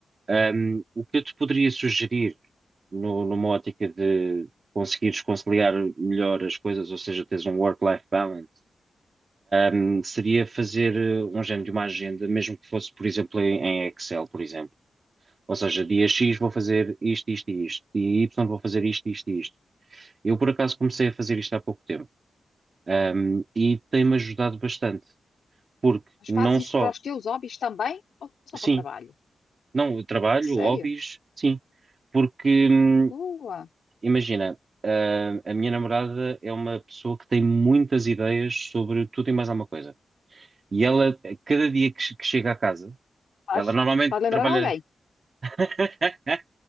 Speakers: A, on the right; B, on the left.
A: Um, o que eu te poderia sugerir no- numa ótica de conseguires conciliar melhor as coisas, ou seja, teres um work-life balance, um, seria fazer eh, um género de uma agenda, mesmo que fosse, por exemplo, em em Excel, por exemplo. Ou seja, dia X vou fazer isto, isto e isto, e Y vou fazer isto, isto e isto. Eu, por acaso, comecei a fazer isto há pouco tempo, um, e tem-me ajudado bastante, porque
B: Mas
A: não
B: faz isso
A: só,
B: para os teus hobbies também ou só
A: sim,
B: para o trabalho?
A: não, eu trabalho,
B: Sério?
A: hobbies, sim porque hum,
B: Boa!
A: imagina, ah, a minha namorada é uma pessoa que tem muitas ideias sobre tudo e mais alguma coisa. E ela, a cada dia que, che- que chega à casa,
B: Faz,
A: ela normalmente
B: faz lembrar
A: trabalha.
B: alguém.
A: <laughs>